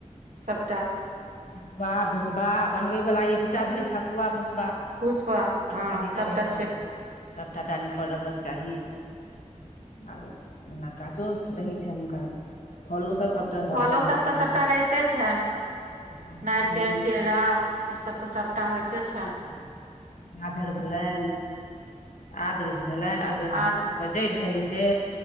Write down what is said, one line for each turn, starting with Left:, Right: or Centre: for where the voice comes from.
Right: सबटा
Left: ठकुवा भुसबा बनबय वला ई दू टा भेल ठकुआ भुसबा
Right: पुष्पा
Left: प्रसादी
Right: हँ सबटा
Left: चढ़य छै सभटा डाली पर रहक चाही आर ओना कचो रहै छै हुनका फलो सब सब
Right: फलो
Left: चढ़ै
Right: सभ
Left: छनि
Right: तऽ सभटा रहिते छनि
Left: सबटा रहै
Right: नारिकेर
Left: छनि
Right: केरा ई सब तऽ सभटा होइते
Left: सबटा
Right: छनि
Left: गाजर भेलनि आदरक भेलनि आरो
Right: आदि
Left: जड़ि सहित ते